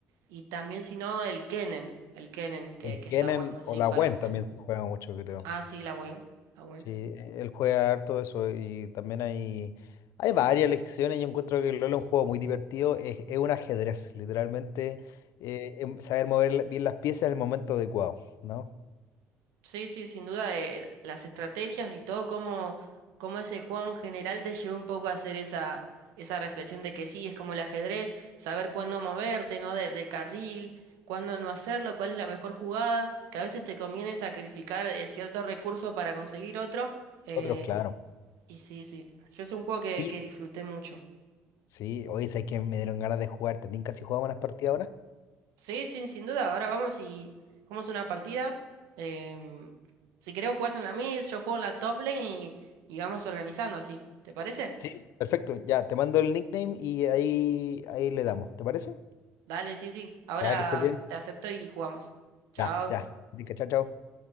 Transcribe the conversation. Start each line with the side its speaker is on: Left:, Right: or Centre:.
Right: Y también, si no, el Kennen, el Kennen, que,
Left: El
Right: que
Left: Kennen
Right: está bueno, sí,
Left: o la
Right: para...
Left: Gwen
Right: pe-
Left: también se juega mucho, creo.
Right: Ah, sí, la Gwen, la Gwen.
Left: Sí, e- él juega harto eso y también hay, hay varias lecciones. Yo encuentro que el LoL es un juego muy divertido. Es, es un ajedrez, literalmente. eh, em- saber mover la- bien las piezas en el momento adecuado, ¿no?
Right: Sí, sí, sin duda, eh, las estrategias y todo, cómo, cómo ese juego en general te llevó un poco a hacer esa, esa reflexión de que sí, es como el ajedrez, saber cuándo moverte, ¿no? De, de carril, cuándo no hacerlo, cuál es la mejor jugada, que a veces te conviene sacrificar eh, cierto recurso para conseguir otro. eh,
Left: Otros, claro.
Right: y sí, sí, yo es un juego que,
Left: Y
Right: que disfruté mucho.
Left: sí, hoy sabes que me dieron ganas de jugar. ¿Te tinca si jugamos unas partidas ahora?
Right: Sí, sin, sin duda. Ahora vamos y es una partida. Em, si querés jugás en la mid, yo juego en la top lane y, y vamos organizando así. ¿Te parece?
Left: Sí. Perfecto, ya, te mando el nickname y ahí, ahí le damos. ¿Te parece?
Right: Dale, sí, sí. Ahora
Left: Ya, que estés bien.
Right: te acepto y jugamos. Chao.
Left: Ya, ya. Tinca, Chao, chao.